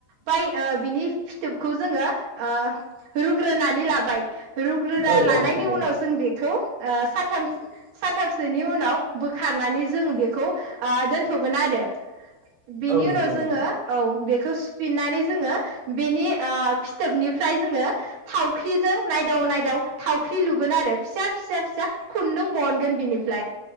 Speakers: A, on the right (about 65°); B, on the right (about 80°).
A: बाय ओ बिनि फिथोबखौ जोङो ओ रुग्रोनानै लाबाय रुग्रोना
B: औ
A: लानायनि
B: औ नंगौ
A: उनाव
B: नोंथां
A: जों बेखौ ओ सानथाम सानथामसोनि उनाव बोखारनानै जों बेखौ ओ दोनथ'गोन आरो बेनि
B: औ नंगौ
A: उनाव
B: नोंथां
A: जोङो औ बे खौ सुफिननानै जोङो बेनि ओ फिथोबनिफ्राय जोङो थावख्रिजों नायदाव नायदाव थावख्रि लुगोन आरो फिसा फिसा फिसा खुन्दुं बहनगोन बिनिफ्राय